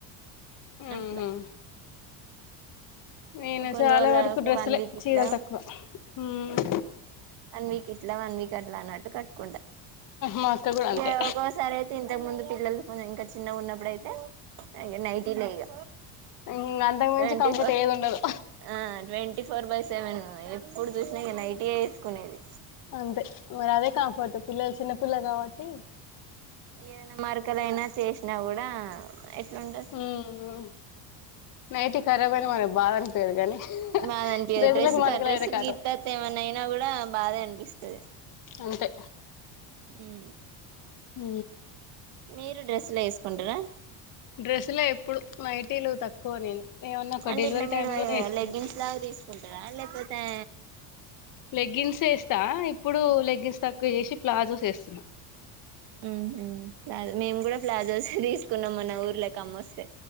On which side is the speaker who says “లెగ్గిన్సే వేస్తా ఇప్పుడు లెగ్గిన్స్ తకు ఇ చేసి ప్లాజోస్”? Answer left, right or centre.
Left